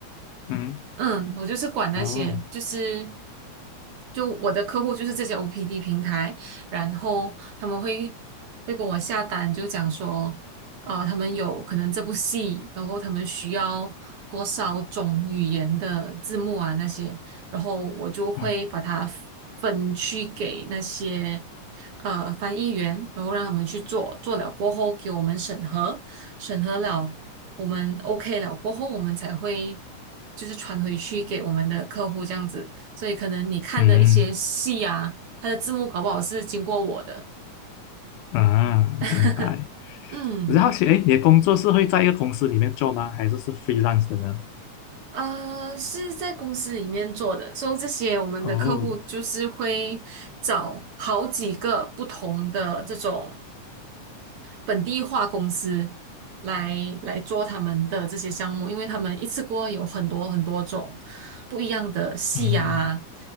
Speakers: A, on the left; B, on the right.
A: 嗯，
B: 嗯，我就是管那些，
A: 哦，
B: 就是就我的客户就是这些 OPD 平台，然后他们会会跟我下单，就讲说，呃，他们有可能这部戏，然后他们需要多少种语言的字幕啊那些，然后我就会把它
A: 嗯
B: 分区给那些呃翻译员，然后让他们去做，做了过后给我们审核，审核了。我们 OK 了过后，我们才会就是传回去给我们的客户这样子。所以可能你看的一些戏啊，
A: 嗯
B: 它的字幕搞不好是经过我的。
A: 啊，
B: <laughs>
A: 明白。
B: 嗯，
A: 我就好奇，哎，你的工作是会在一个公司里面做吗？还是是 freelance 的呢？
B: 呃，是在公司里面做的，所以这些我们的客户就是会找好几个不同的这种。
A: 哦，
B: 本地化公司来来做他们的这些项目，因为他们一次过有很多很多种不一样的戏啊，
A: 嗯